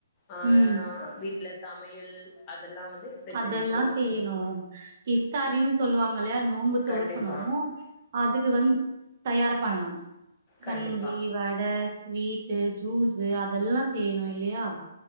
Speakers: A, on the left; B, on the right.
A: ஆ
B: ம்
A: வீட்டுல சமையல் அதெல்லாம் வந்து எப்டி
B: அதெல்லாம்
A: செஞ்சுக்கிருவீங்க
B: செய்யணும் இஃப்தாரின்னு சொல்லுவாங்க இல்லயா நோம்பு தொறக்கணும்
A: கண்டிப்பா
B: அதுக்கு வந்து தயார் பண்ணணும் கஞ்சி
A: கண்டிப்பா
B: வட அ ஸ்வீட்டு ஜூஸ்சு அதெல்லாம் செய்யணும் இல்லையா